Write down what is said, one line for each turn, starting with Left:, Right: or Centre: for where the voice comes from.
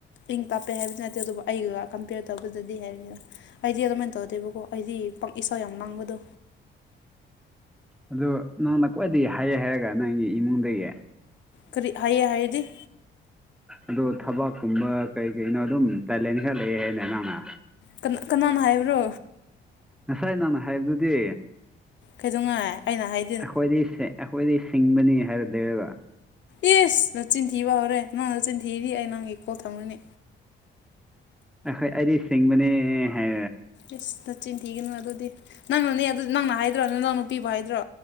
Left: ꯏꯪ ꯇꯥꯛꯞꯄꯦ ꯍꯥꯏꯕꯗꯤ ꯅꯠꯇꯦ ꯑꯗꯨꯕꯨ ꯑꯩꯒꯗ ꯀꯝꯄꯦꯌꯔ ꯇꯧꯕꯗꯗꯤ ꯍꯥꯏꯕꯅꯤꯅ ꯑꯩꯗꯤ ꯑꯗꯨꯃꯥꯏꯅ ꯇꯧꯔꯗꯦꯕꯀꯣ ꯑꯩꯗꯤ ꯏꯁꯥꯎ ꯌꯥꯝ ꯂꯥꯡꯕꯗꯣ
Centre: ꯑꯗꯨ ꯅꯪꯅ ꯈ꯭ꯋꯥꯏꯗꯒꯤ ꯍꯥꯏꯌꯦ ꯍꯥꯏꯔꯒ ꯅꯪꯒꯤ ꯏꯃꯨꯡꯗꯒꯤ
Left: ꯀꯔꯤ ꯍꯥꯏꯌꯦ ꯍꯥꯏꯗꯤ
Centre: ꯑꯗꯣ ꯊꯕꯥꯛꯀꯨꯝꯕ ꯀꯩ ꯀꯩꯅꯣ ꯑꯗꯨꯝ ꯇꯦꯂꯦꯟ ꯈꯔ ꯂꯩ ꯍꯥꯏꯅꯦ ꯅꯪꯅ
Left: ꯀ ꯀꯅꯥꯅ ꯍꯥꯏꯕ꯭ꯔꯣ
Centre: ꯉꯁꯥꯏ ꯅꯍꯪꯅ ꯍꯥꯏꯕꯗꯨꯗꯤ
Left: ꯀꯩꯗꯧꯉꯥꯏꯦ ꯑꯩꯅ ꯍꯥꯏ
Centre: ꯑꯩꯈꯣꯏꯗꯤ ꯑꯩꯈꯣꯏꯗꯤ ꯁꯤꯡꯕꯅꯤ ꯍꯥꯏꯔ ꯂꯩꯔꯒ
Left: ꯑꯦꯁ ꯅ ꯆꯤꯟꯊꯤꯕ ꯍꯧꯔꯦ ꯅꯪꯅ ꯆꯤꯟꯊꯤꯗꯤ ꯑꯩ ꯅꯪꯒꯤ ꯀꯣꯜ ꯊꯝꯅꯤ
Centre: ꯑꯈꯣꯏ ꯑꯩꯗꯤ ꯁꯤꯡꯕꯅꯦ ꯍꯥꯏ
Left: ꯏꯁꯁ ꯅꯆꯤꯟ ꯊꯤꯒꯅꯨ ꯑꯗꯨꯗꯤ ꯅꯪꯅꯅꯦ ꯑꯗꯨ ꯅꯪꯅ ꯍꯥꯏꯗ꯭ꯔꯣ ꯅ ꯅꯪꯅ ꯄꯤꯕ ꯍꯥꯏꯗ꯭ꯔꯣ